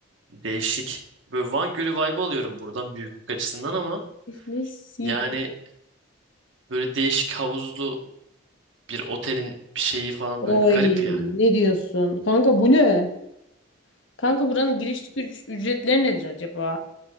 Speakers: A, on the right (about 65°); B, on the left (about 65°).
A: Değişik. Böyle Van Gölü vibe alıyorum buradan büyüklük açısından ama
B: İflis yıkıklık.
A: yani böyle değişik havuzlu bir otelin bir şeyi falan
B: Oy
A: böyle bir garip yani.
B: ne diyorsun? Kanka bu ne? Kanka buranın giriş çıkış ücretleri nedir acaba?